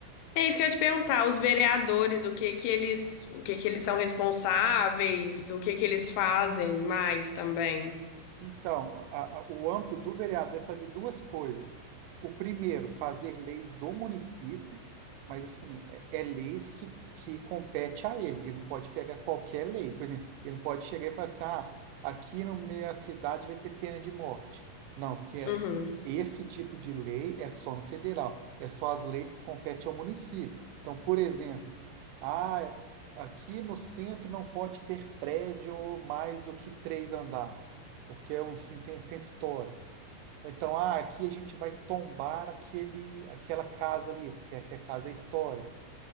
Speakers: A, on the left; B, on the right.
A: É isso que eu ia te perguntar, os vereadores, o que que eles, o que que eles são responsáveis, o que que eles fazem mais também.
B: Então, a- a- o âmbito do vereador é fazer duas coisas. O primeiro, fazer leis do município, mas assim, é, é leis que, que compete a ele. Ele não pode pegar qualquer lei. Por exemplo, ele não pode chegar e falar assim, ah, aqui no meio da cidade vai ter pena de morte. Não, porque
A: Uhum.
B: esse tipo de lei é só no federal, é só as leis que competem ao município. Então, por exemplo, ah, aqui no centro não pode ter prédio mais do que três andares porque é um sin- centro histórico. Ou então, ah, aqui a gente vai tombar aquele, aquela casa ali, porque aqui a casa é histórica.